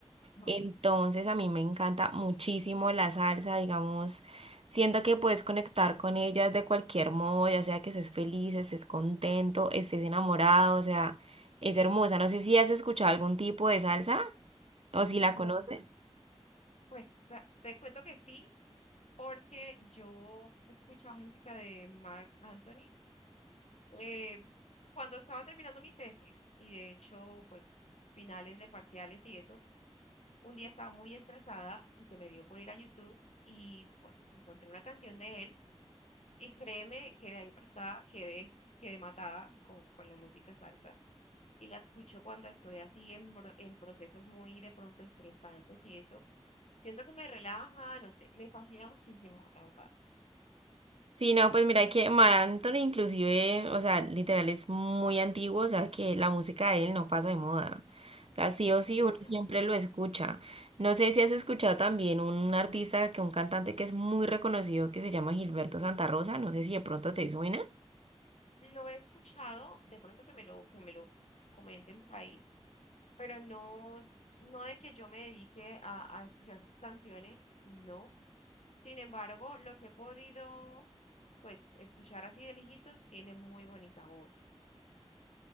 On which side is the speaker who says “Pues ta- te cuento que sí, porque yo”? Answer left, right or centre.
Left